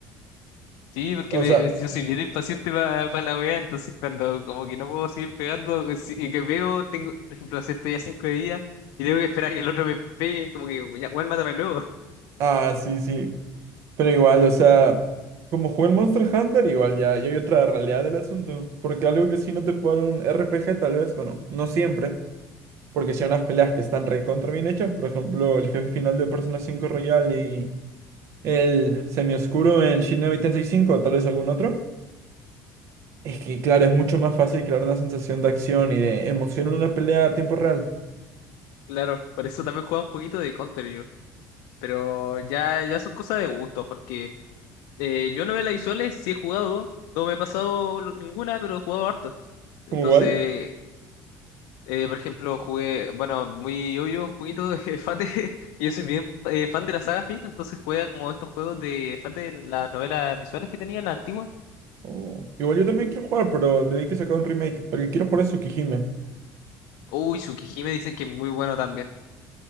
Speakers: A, on the left; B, on the right.
A: Sí, porque
B: O
A: me-
B: sea,
A: yo soy bien impaciente para la weá, entonces cuando como que no puedo seguir pegando, que si- que veo, tengo, por ejemplo, no sé, estoy a cinco de día y tengo que esperar a que el otro me pegue, como que ya, weón, mátame luego. <laughs>
B: ah, sí, sí. Pero igual, o sea, como jugué el Monster Hunter, igual ya, ya hay otra realidad del asunto. Porque algo que sí no te puede dar un RPG, tal vez, bueno, no siempre. Porque si hay unas peleas que están recontra bien hechas, por ejemplo, el jefe final de Persona cinco Royal y. El semioscuro en Shin 85 o tal vez algún otro. Es que, claro, es mucho más fácil crear una sensación de acción y de emoción en una pelea a tiempo real.
A: Claro, por eso también jugaba un poquito de Counter yo. Pero ya, ya son cosas de gusto, porque eh, yo novelas visuales sí he jugado, no me he pasado lo- ninguna, pero he jugado harto. Entonces,
B: ¿Como igual?
A: Eh, por ejemplo, jugué, bueno, muy obvio, un poquito de <laughs> Fate, que yo soy bien eh, fan de la saga Fate, entonces juega como estos juegos de Fate, las novelas visuales que tenía, las antiguas.
B: Oh, Igual yo también quiero jugar, pero le di que sacar un remake. El que quiero jugar es Tsukihime.
A: Uy, Tsukihime dicen que es muy bueno también.